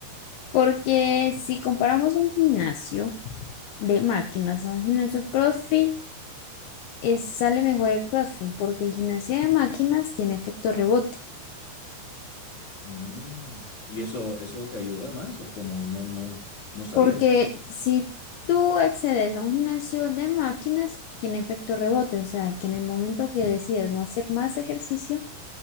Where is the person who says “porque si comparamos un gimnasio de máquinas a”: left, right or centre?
Left